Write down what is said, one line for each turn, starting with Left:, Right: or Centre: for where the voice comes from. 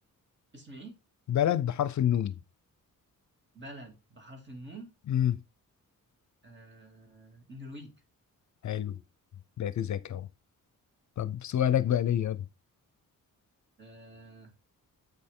Right: اسم ايه
Left: بلد بحرف النون
Right: بلد بحرف النون
Left: امم
Right: آه... النرويج
Left: حلو بقيت ذكي اهو طب سؤالك بقى ليا يلا.
Right: آه...